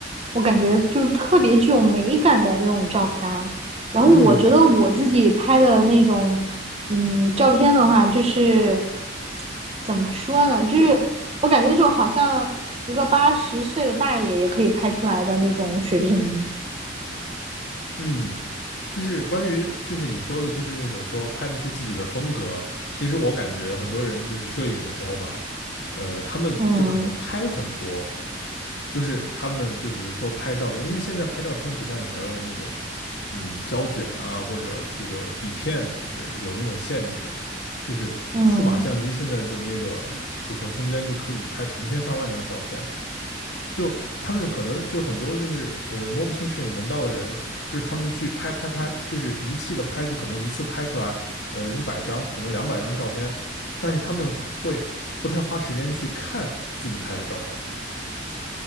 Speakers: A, on the right; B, on the left.
A: 我感觉就是特别具有美感的那种照片儿。然后我觉得我自己拍的那种，
B: 嗯。
A: 嗯，照片的话，就是怎么说呢，就是我感觉就好像一个八十岁的大爷也可以拍出来的那种水平。
B: 嗯，就是关于就是你说的，就是那种说拍不出自己的风格。其实我感觉很多人就是摄影的时候嘛，呃，他们就可能拍很多，
A: 嗯
B: 就是他们就比如说拍照片，因为现在拍照片不像以前用那种嗯胶卷啊或者这个底片，就是有那种限制，就是数码相机现在的那个储存空间就可以拍成千上万张照片，
A: 嗯，
B: 就他们可能就很多就是呃摸不清摄影门道的人，就是他们去拍拍拍，就是一气的拍，就可能一次拍出来呃一百张，可能两百张照片，但是他们会不太花时间去看自己拍的照片。